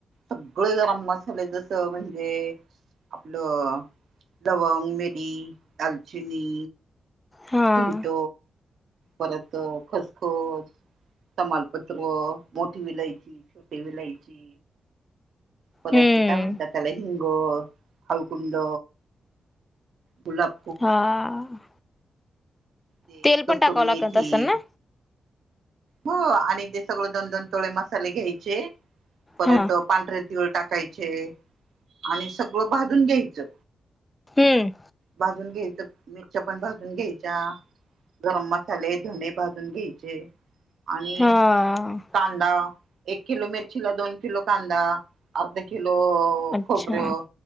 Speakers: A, on the right; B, on the left.
A: सगळे गरम मसाले जस म्हणजे आपलं लवंग, मिरी, दालचिनी
B: हा
A: सुंट परत खसखस. तमालपत्र मोठी विलायची, छोटी विलायची, परत
B: हम्म
A: काय म्हणतात त्याला, हिंग, हाळकुंड, गुलाब,
B: हा््््््
A: ते
B: तेल पण
A: कस्तुरी
B: टाकावं लागत
A: मेथी
B: असल ना.
A: हो आणि ते सगळं दोन दोन तोळे मसाले घ्यायचे परत,
B: हा
A: पांढरे तिळं टाकायचे आणि सगळं भाजून घ्यायचं.
B: हम्म
A: भाजून घ्यायचं मिरच्या पण भाजून घ्यायच्या गरम मसाले धने भाजून, भाजुन घ्यायचे आणि
B: हा
A: कांदा एक किलो मिरचीला दोन किलो कांदा अर्धा किलो,
B: अच्छा
A: खोबरं,